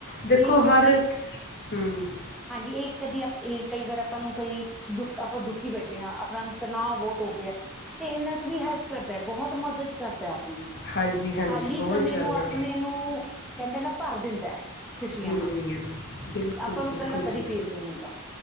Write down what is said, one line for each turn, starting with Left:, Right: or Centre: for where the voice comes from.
Left: ਦੇਖੋ
Centre: ਇਹ ਕਿਉਂਕਿ
Left: ਹਰ ਹਮ
Centre: ਹਾਂਜੀ ਇਹ ਕਦੀ ਇਹ ਕਈ ਵਾਰ ਆਪਾਂ ਨੂੰ ਕਈ ਦੁੱਖ ਆਪਾਂ ਦੁਖੀ ਬੈਠੇ ਹਾਂ ਆਪਣਾ। ਤਣਾਅ ਬਹੁਤ ਹੋ ਗਿਆ ਤੇ ਇਹਨਾਂ ਚ ਵੀ ਹੈਲਪ ਕਰਦਾ ਬਹੁਤ ਮਦਦ ਕਰਦਾ ਆਪਣੀ
Left: ਹਾਂਜੀ ਹਾਂਜੀ
Centre: ਖਾਲੀ
Left: ਬਹੁਤ
Centre: ਸਮੇਂ
Left: ਜ਼ਿਆਦਾ।
Centre: ਨੂੰ ਆਪਣੇ ਨੂੰ ਕਹਿੰਦੇ ਨਾ ਭਰ ਦਿੰਦਾ ਖੁਸ਼ੀਆਂ
Left: ਹੂੰ
Centre: ਨਾਲ।
Left: ਬਿਲਕੁਲ
Centre: ਆਪਾਂ ਨੂੰ
Left: ਬਿਲਕੁਲ
Centre: ਇਕੱਲਾ ਕਦੀ
Left: ਜੀ
Centre: ਫੀਲ ਨਹੀਂ ਹੁੰਦਾ